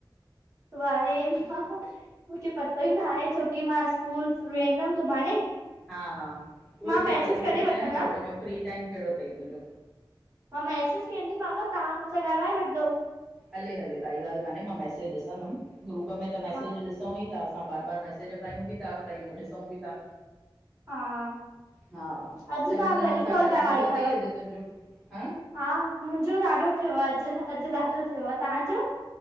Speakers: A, on the right (about 40°); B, in the centre.
A: सुभाणे मां मूंखे पतो ई न आहे छोकी मां स्कूल वेंदमि सुभाणे
B: हा हा उहो
A: मां
B: ई अ थी
A: मैसेज
B: तॾी
A: करे
B: पुछ
A: वठंदमि
B: ईन भई तुंहिंजो फ्री टाइम कहिड़ो थई तुंहिंजो
A: मां मैसिज कंदीमांव तव्हां मूंखां ॻाल्हाए वठिं जो।
B: हले हले काई ॻाल्ह कान्हे मां मैसेज ॾिसदम ग्रुप में त मसेज
A: हा
B: ॾिसूं ई था असां बार बार मैसेज कयूं बि था कयूं ॾिसूं बि था
A: हा
B: हा
A: अॼु
B: चॻन
A: तव्हां
B: ॼणनि
A: घणी
B: सां
A: कॉल
B: ॻाल्हाइण
A: कराई
B: थियो
A: अथव?
B: थई अॼु तुंहिंजो हां
A: हा मुंहिंजो ॾाढो थियो आ अॼु अॼु ॾाढो थियो आ तव्हांजो